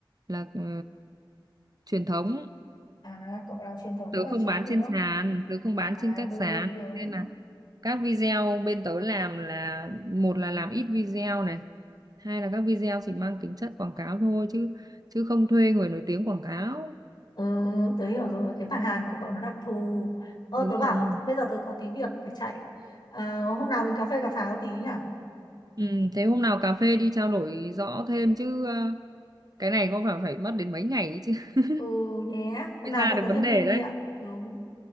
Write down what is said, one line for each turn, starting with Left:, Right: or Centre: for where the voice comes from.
Right: là ờ, truyền thống
Left: à cậu làm truyền thống
Right: tớ
Left: là
Right: không
Left: chính
Right: bán
Left: đúng
Right: trên
Left: không
Right: sàn tớ không bán
Left: à
Right: trên các
Left: đúng
Right: sàn
Left: đúng đúng
Right: nên là các video bên tớ làm là một là làm ít video này hai là các video chỉ mang tính chất quảng cáo thôi chứ chứ không thuê người nổi tiếng quảng cáo
Left: Ừ, tớ hiểu rồi, cái bản hàng của cậu nó đặc thù. Ơ,
Right: đúng
Left: tớ bảo
Right: rồi
Left: bây giờ tớ có tí việc phải chạy. Ờ, hôm nào mình cà phê cà pháo tí nhỉ?
Right: ừ, thế hôm nào cà phê đi trao đổi rõ thêm chứ ờ, cái này có phải phải mất đến mấy ngày ấy chứ <laughs>
Left: Ừ nhé, hôm
Right: mới
Left: nào
Right: ra
Left: cho
Right: được
Left: tớ
Right: vấn
Left: thêm
Right: đề
Left: kinh nghiệm.
Right: đấy
Left: Đúng.